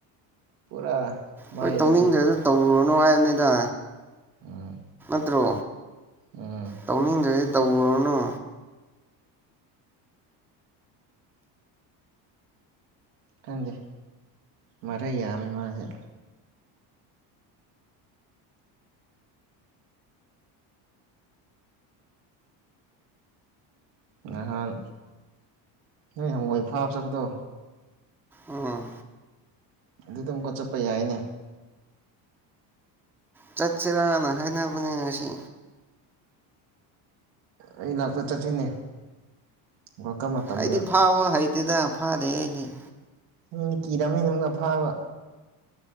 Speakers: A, on the right (about 85°); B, in the centre.
A: ꯄꯨꯔꯥ ꯃꯥꯏꯗꯤ
B: ꯍꯣꯏ ꯇꯧꯅꯤꯡꯗ꯭ꯔꯦ ꯑꯗꯨ ꯇꯧꯔꯨꯔꯅꯨ ꯍꯥꯏ ꯗ
A: ꯎꯝ
B: ꯀꯠꯇ꯭ꯔꯣ
A: ꯎꯝ
B: ꯇꯧꯅꯤꯖ ꯇꯧꯔꯅꯨ
A: ꯈꯪꯗꯦ ꯃꯔꯩ ꯌꯥꯝꯃꯤ ꯃꯥꯁꯦ ꯅꯍꯥꯟ ꯅꯣꯏ ꯍꯪꯋꯥꯏ ꯐꯥꯕ ꯆꯠꯄꯗꯣ
B: ꯎꯝ
A: ꯑꯗꯨꯗ ꯑꯃꯨꯀ ꯆꯠꯄ ꯌꯥꯏꯅꯦ
B: ꯆꯠꯁꯤꯔꯥꯅ ꯍꯥꯏꯅꯕꯅꯦ ꯉꯁꯤ
A: ꯑꯩ ꯂꯥꯛꯄ ꯆꯠꯁꯤꯅꯦ <unintelligible> ꯀ ꯃꯇꯝꯅ
B: ꯑꯩꯗꯤ ꯐꯥꯕ ꯍꯩꯇꯦꯗ ꯐꯥꯗꯦ ꯑꯅꯦ
A: ꯅꯅ ꯀꯤꯗꯕꯅꯤꯅ ꯑꯃꯒ ꯐꯕ